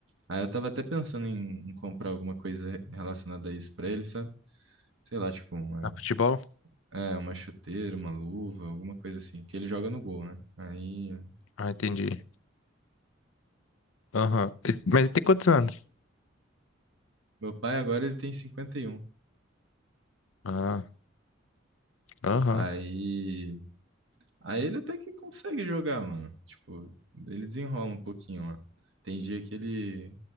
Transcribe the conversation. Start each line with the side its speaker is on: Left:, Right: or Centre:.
Right: Aí eu tava até pensando em, em comprar alguma coisa relacionada a isso pra ele, sabe? Sei lá, tipo, uma,
Left: Na futebol?
Right: é, uma chuteira, uma luva, alguma coisa assim. Que ele joga no gol, né? Aí.
Left: Ah, entendi. Aham. E- Mas ele tem quantos anos?
Right: Meu pai agora ele tem cinquenta e um
Left: Ah, aham,
Right: Aí. Aí ele até que consegue jogar, mano. Tipo, ele desenrola um pouquinho lá. Tem dia que ele,